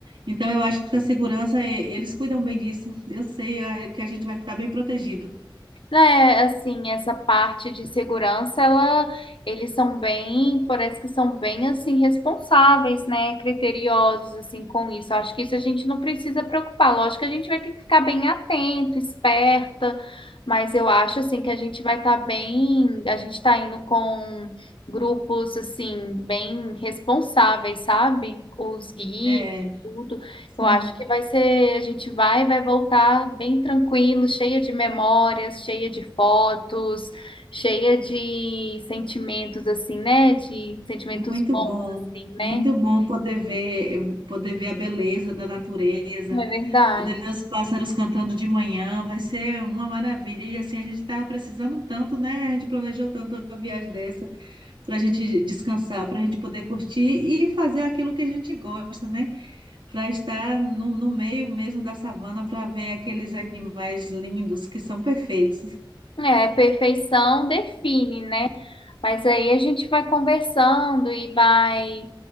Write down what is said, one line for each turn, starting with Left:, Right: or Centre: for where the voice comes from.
Right: Então, eu acho que a segurança, eh, eles cuidam bem disso. Eu sei, eh, que a gente vai estar bem protegido.
Left: É, assim, essa parte de segurança, ela, eles são bem, parece que são bem, assim, responsáveis, né, criteriosos, assim, com isso. Eu Acho que isso a gente não precisa preocupar. Lógico que a gente vai ter que ficar bem atento, esperta, mas eu acho, assim, que a gente vai estar bem, a gente está indo com grupos, assim, bem responsáveis, sabe? Os guias,
Right: É,
Left: tudo. Eu
Right: sim.
Left: acho que vai ser, a gente vai, vai voltar bem tranquilo, cheia de memórias, cheia de fotos, cheia de sentimentos assim, né? De sentimentos
Right: Muito
Left: bons
Right: bom,
Left: assim, né?
Right: muito bom poder ver, poder ver a beleza da natureza,
Left: É verdade.
Right: poder ver os pássaros cantando de manhã, vai ser uma maravilha. E assim, a gente estava precisando tanto, né? A gente planejou tanto uma viagem dessa para a gente descansar, para a gente poder curtir e fazer aquilo que a gente gosta, né? Para estar no, no meio mesmo da savana, para ver aqueles animais lindos que são perfeitos.
Left: É, perfeição define, né? Mas aí a gente vai conversando e vai